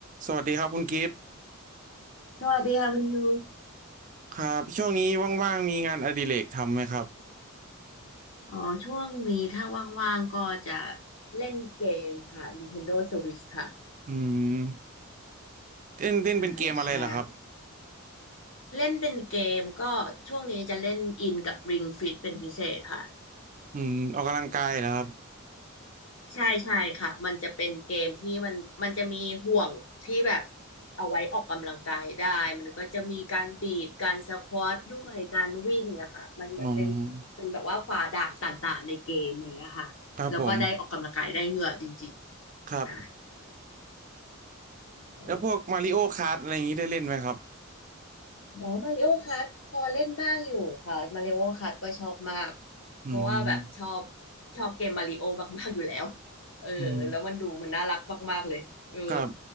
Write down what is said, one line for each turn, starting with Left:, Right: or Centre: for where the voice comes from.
Right: สวัสดีครับคุณกิฟต์
Left: สวัสดีค่ะคุณยู
Right: ครับช่วงนี้ว่างๆมีงานอดิเรกทำไหมครับ
Left: อ๋อช่วงนี้ถ้าว่างๆก็จะเล่นเกมค่ะ Nintendo Switch ค่ะ
Right: อืมเล่นเล่นเป็นเกมอะไรเหรอครับ
Left: ใช่ใช่เล่นเป็นเกมก็ช่วงนี้จะเล่นอินกับ Ring Fit เป็นพิเศษค่ะ
Right: อืมออกกำลังกายเหรอครับ
Left: ใช่ใช่ค่ะมันจะเป็นเกมที่มันมันจะมีห่วงที่แบบเอาไว้ออกกำลังกายได้มันก็จะมีการบีบการสควอตด้วยการวิ่งอะค่ะมันเหมือนเป็นเป็นแบบว่าฝ่าด่านต่างๆในเกมอย่างเงี้ยค่ะแล้วก็ได้ออกกำลังกายได้เหงื่อจริงๆค่ะ
Right: อืมครับผมครับ
Left: อ๋อ
Right: แล้วพวกมาริโอค r t อะไรอย่างนี้ได้เล่นไหมครับ
Left: หมอมาริโอคัทพอเล่นบ้างอยู่ค่ะมาริโอคัทก็ชอบมากเพราะว่าแบบชอบ
Right: อืม
Left: ชอบเกมมาริโอมากๆอยู่แล้วเออแล้วมันดูมันน่ารักมากๆเลยเออ
Right: อืมครับ